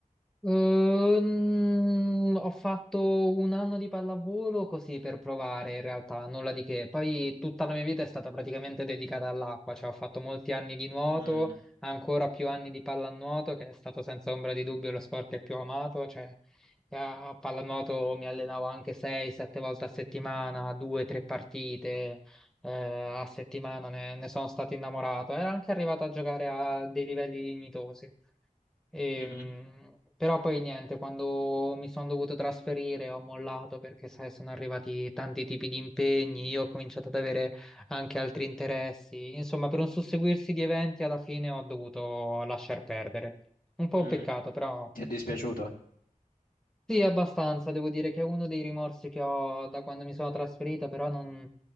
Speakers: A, in the centre; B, on the left.
A: Ehm, ho fatto un anno di pallavolo così per provare, in realtà, nulla di che. Poi tutta la mia vita è stata praticamente dedicata all'acqua, cioè ho fatto molti anni di nuoto,
B: Mm.
A: ancora più anni di pallanuoto, che è stato senza ombra di dubbio lo sport che più ho amato, cioè eh, a pallanuoto mi allenavo anche 6-7 volte a settimana, 2-3 partite. eh, a settimana ne, ne sono stato innamorato. Era anche arrivato a giocare a dei livelli dignitosi. Ehm,
B: Mhm.
A: però poi niente, quando mi sono dovuto trasferire ho mollato perché sai, sono arrivati tanti tipi di impegni, io ho cominciato ad avere anche altri interessi. Insomma, per un susseguirsi di eventi alla fine ho dovuto lasciar perdere. Un po'
B: Mm.
A: un peccato, però
B: Ti è dispiaciuto?
A: sì, abbastanza. Devo dire che è uno dei rimorsi che ho da quando mi sono trasferito, però non,